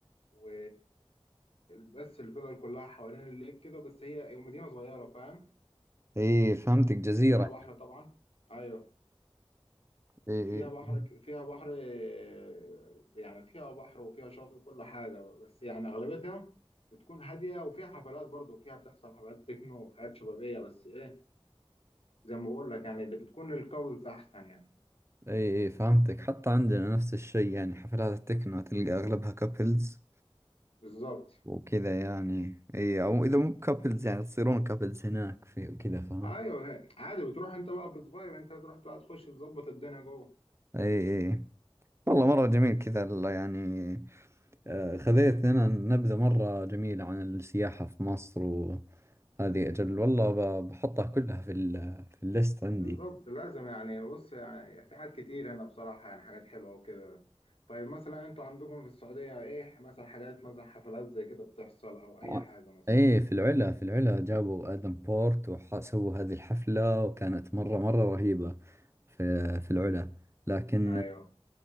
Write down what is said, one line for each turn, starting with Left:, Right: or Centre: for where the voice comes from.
Left: و بس الفلل كلها حوالين الليك كده بس هي هي مدينه صغيره فاهم
Right: ايه فهمتك جزيرة
Left: فيها بحر طبعا ايوه
Right: ايه
Left: فيها بحر
Right: ايه
Left: ك- فيها بحر آه، يعني فيها بحر وفيها شاطئ وكل حاجة بس يعني أغلبيتها بتكون هادية وفيها حفلات برضه فيها بتحصل حفلات تكنو وحاجات شبابية بس إيه زي ما بقول لك يعني اللي بتكون للكابلز أحسن يعني
Right: ايه ايه فهمتك حتى عندنا نفس الشيء يعني حفلات التكنو تلقى اغلبها كابلز
Left: بالظبط
Right: وكذا يعني ايه او اذا مو كابلز يعني تصيرون كابلز هناك في وكذا فاهم
Left: أيوه هي- عادي بتروح أنت بقى بتفايب أنت تروح بقى تخش تظبط الدنيا جوه
Right: ايه ايه والله مرة جميل كذا ال- يعني آه، خذيت لنا نبذة مرة جميلة عن السياحة في مصر وهذه أجل والله ب- بحطها كلها في ال في الليست عندي
Left: بالظبط لازم يعني بص يعني في حاجات كتير هنا بصراحة يعني حاجات حلوة وكده طيب مثلا أنتوا عندكم في السعودية إيه مثلا حاجات مثلا حفلات زي كده بتحصل أو أي
Right: آه.
Left: حاجة مثلا
Right: ايه في العلا في العلا جابوا ادم بورت وسووا هذه الحفلة وكانت مرة مرة رهيبة في في العلا لكن
Left: أيوه